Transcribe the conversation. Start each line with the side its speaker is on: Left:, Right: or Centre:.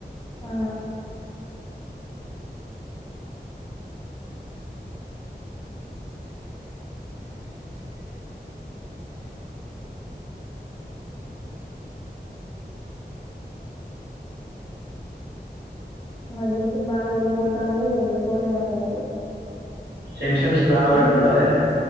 Left: ఆ నా జుట్టు బాగా ఊడిపోతాంది ఎందుకో ఏమో అసలు
Right: టెన్షన్స్ బాగా
Left: <unintelligible>
Right: పెట్టుకుంటారు లేండి